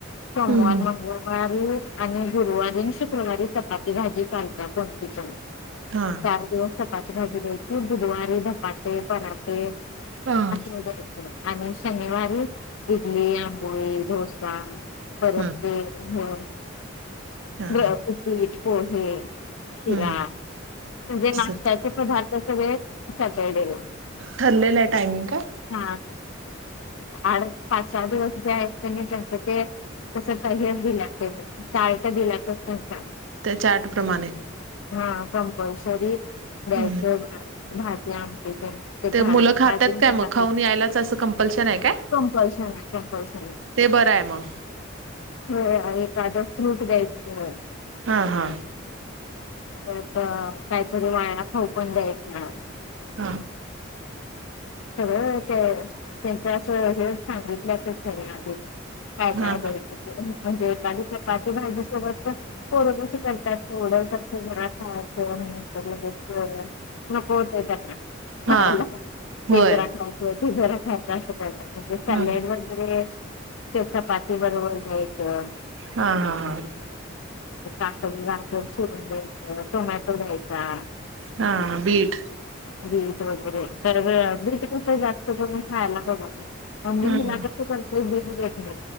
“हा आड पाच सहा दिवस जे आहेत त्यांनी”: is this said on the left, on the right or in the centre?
Left